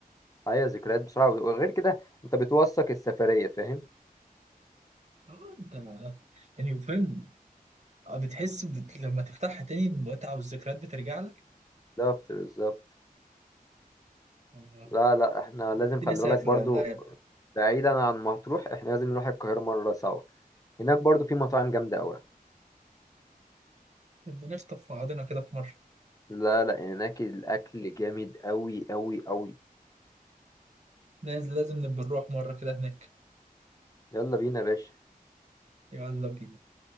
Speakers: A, on the left; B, on the right.
A: معايا ذكريات بسرعه وغير كده انت بتوثق السفريه فاهم
B: اه انت يعني فاهم اه بتحس بت... لما تفتحها تاني المتعه والذكريات بترجع لك
A: بالظبط بالظبط
B: اه
A: لا لا احنا لازم
B: نفسي
A: خلي
B: اسافر
A: بالك برضو
B: والله يا ابني
A: بعيدا عن مطروح احنا لازم نروح القاهرة مرة سوا هناك برضو في مطاعم جامدة أوي
B: نبقى نخطف في بعضنا كده في مره
A: لا لا هناك الأكل جامد أوي أوي أوي
B: لازم لازم نبقى نروح مره كده هناك
A: يلا بينا يا باشا
B: يلا بينا